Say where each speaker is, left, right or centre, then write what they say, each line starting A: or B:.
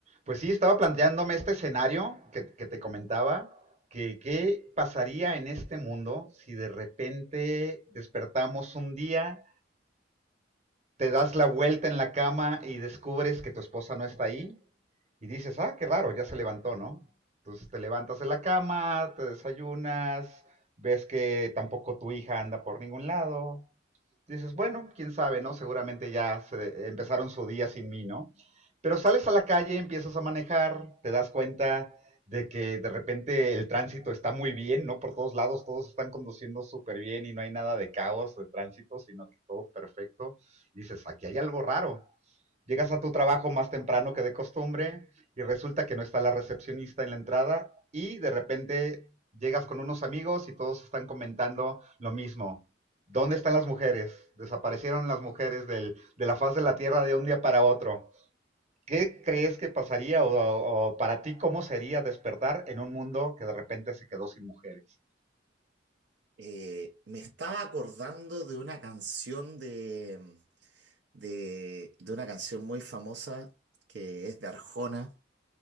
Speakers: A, on the right; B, on the right.
A: Pues sí, estaba planteándome este escenario que, que te comentaba, que qué pasaría en este mundo si de repente despertamos un día te das la vuelta en la cama y descubres que tu esposa no está ahí y dices, ah, qué raro, ya se levantó, ¿no? Entonces te levantas de la cama, te desayunas, ves que tampoco tu hija anda por ningún lado. Dices, bueno, quién sabe, ¿no? Seguramente ya se- empezaron su día sin mí, ¿no? Pero sales a la calle, empiezas a manejar, te das cuenta de que de repente el tránsito está muy bien, ¿no? Por todos lados todos están conduciendo súper bien y no hay nada de caos de tránsito, sino que todo perfecto dices, aquí hay algo raro. Llegas a tu trabajo más temprano que de costumbre y resulta que no está la recepcionista en la entrada y de repente llegas con unos amigos y todos están comentando lo mismo. ¿Dónde están las mujeres? Desaparecieron las mujeres del, de la faz de la tierra de un día para otro. ¿Qué crees que pasaría o, o o para ti cómo sería despertar en un mundo que de repente se quedó sin mujeres?
B: Eh, me estaba acordando de una canción de, mm, de, de una canción muy famosa que es de Arjona,